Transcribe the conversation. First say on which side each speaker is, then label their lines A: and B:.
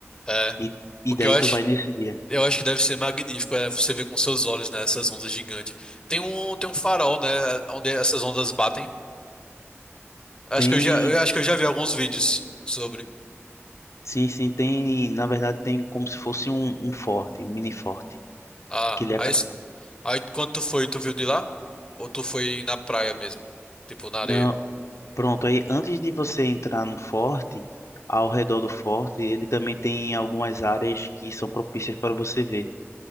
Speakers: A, on the left; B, on the left.
A: é.
B: E, e
A: Porque
B: daí
A: eu acho.
B: tu vai nesse dia.
A: Eu acho que deve ser magnífico, é, você ver com seus olhos, né, essas ondas gigantes. Tem um, tem um farol, né, onde essas ondas batem. Acho
B: Tem,
A: que eu já, eu acho que eu já vi alguns vídeos sobre.
B: sim, sim, tem, na verdade tem como se fosse um, um forte, um mini forte,
A: Ah,
B: que ele aca-
A: aí, s- aí quando tu foi, tu viu de lá? Ou tu foi na praia mesmo? Tipo, na
B: não,
A: areia?
B: pronto, aí antes de você entrar no forte, ao redor do forte, ele também tem algumas áreas que são propícias para você ver.